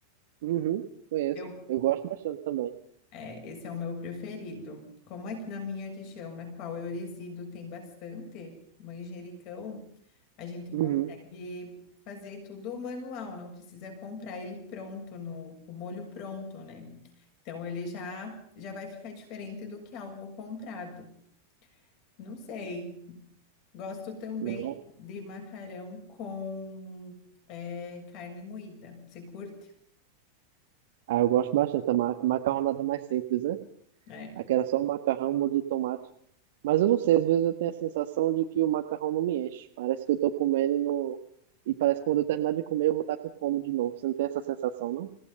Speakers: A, on the right (about 55°); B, on the left (about 40°).
A: Uhum, conheço.
B: eu,
A: Eu gosto bastante também.
B: é, esse é o meu preferido. Como aqui na minha região, na qual eu resido, tem bastante manjericão, a gente
A: Uhum.
B: consegue fazer tudo manual, não precisa comprar ele pronto, no, o molho pronto, né? Então ele já, já vai ficar diferente do que algo comprado. Não sei. Gosto também
A: Não.
B: de macarrão com é, carne moída. Você curte?
A: Ah, eu gosto bastante. A ma- a macarronada mais simples, né?
B: É.
A: Aquela só o macarrão, molho de tomate. Mas eu não sei, às vezes eu tenho a sensação de que o macarrão não me enche. Parece que eu tô comendo e não. E parece que quando eu terminar de comer, eu vou estar com fome de novo. Você não tem essa sensação, não?